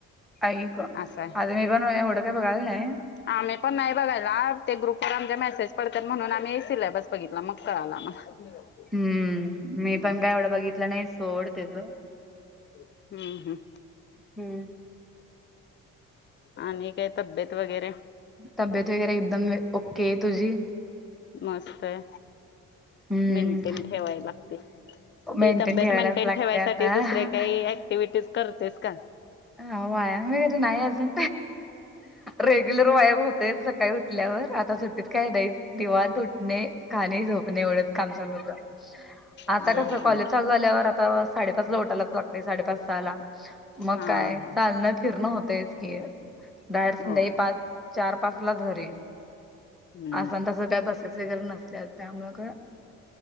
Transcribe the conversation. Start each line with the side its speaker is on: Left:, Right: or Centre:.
Centre: आई ग
Left: असं आहे
Centre: अजून, एक जण एवढं काय? बघाला नाही.
Left: आम्ही पण, नाही बघायला ते ग्रुपवर आमच्या मेसेज पडतात. म्हणून आम्ही पण सिलॅबस बघितला मग कळाला आम्हाला. <unintelligible>
Centre: हम्म. मी
Left: हम्म
Centre: पण काय? एवढा बघितलं नाही सोड त्याच.
Left: हम्म. हम्म.
Centre: हम्म.
Left: आणि काय? तब्येत वगैरे.
Centre: तब्येत वगैरे, एकदम ओके तुझी.
Left: मस्त! आहे.
Centre: हम्म
Left: मेनटेन ठेवाय लागतंय.
Centre: मेंटेन
Left: ती. तब्येत
Centre: ठेवायलाच
Left: मेंटेन
Centre: लागते
Left: ठेवायसाठी,
Centre: आता.
Left: दुसऱ्या काही ऍक्टिव्हटीज करतेस का?
Centre: हा. व्यायाम वगैरे नाही. अजून रेग्युलर व्यायाम हो तेच. सकाळी उठल्यावर आता सुट तिथं काय? नाही निंवात उठणे, खाणे, झोपणे एवढंच काम चालू होत. आता
Left: हम्म
Centre: कसं?
Left: हम्म
Centre: कॉलेज चालू झाल्यावर आता, साडे पाचला उठायलाच लागतंय. साडेपाच, सहा ला मग.
Left: हा
Centre: काय?
Left: हा
Centre: चालणं? फिरणं होतयच की, डायरेक्ट
Left: हो
Centre: संध्याकाळी पाच. चार, पाच ला घरी
Left: हम्म
Centre: असं तसं काय? बसायचय वगैरे नसत्यात. त्यामुळे ग.